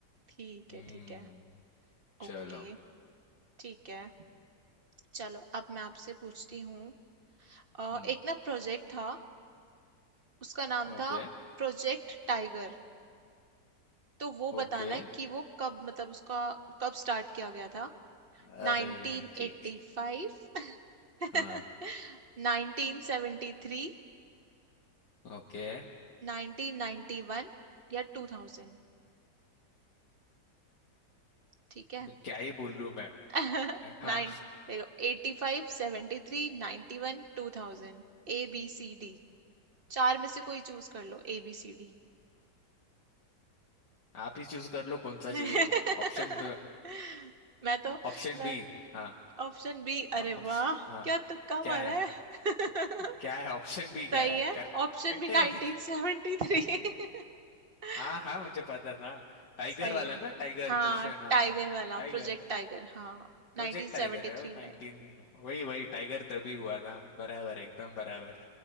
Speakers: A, on the right; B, on the left.
A: ठीक
B: हम्म
A: है ठीक है
B: चलो
A: ओके ठीक है चलो अब मैं आपसे पूछती हूँ अ,
B: हम्म
A: एक ना प्रोजेक्ट था उसका नाम
B: ओके
A: था प्रोजेक्ट टाइगर तो वो बताना
B: ओके
A: है कि वो कब मतलब उसका कब स्टार्ट किया गया था
B: अरे
A: नाइनटीन
B: ठीक
A: एट्टी फाइव <laughs>
B: हाँ
A: नाइनटीन सेवेंटी थ्री
B: ओके
A: नाइनटीन नाइनटी वन या टू थाउजेंड ठीक है
B: अभी क्या ही बोलूं मैं
A: <laughs>
B: हाँ
A: नाइन देखो eighty five seventy three ninety one two thousand A B C D चार में से कोई चूज कर लो ए बी सी डी
B: आप ही चूज कर लो कौन
A: <laughs>
B: सा चाहिए Option
A: मैं तो
B: option
A: मैं
B: B हाँ
A: ऑप्शन बी
B: ऑप्शन
A: अरे वाह
B: हाँ
A: क्या तुक्का
B: क्या
A: मारा
B: है
A: है <laughs>
B: क्या है ऑप्शन भी क्या
A: सही
B: है
A: है
B: करेक्ट
A: Option B
B: है
A: नाइनटीन सेवेंटी थ्री <laughs>
B: हाँ हाँ मुझे पता था टाइगर
A: सही
B: वाला
A: है
B: ना टाइगर
A: हाँ
B: क्वेश्चन हाँ
A: टाइगर वाला
B: टाइगर
A: प्रोजेक्ट टाइगर हाँ
B: प्रोजेक्ट
A: 1973
B: टाइगर है
A: में
B: नाइनटीन वही वही टाइगर तभी हुआ था बराबर एकदम बराबर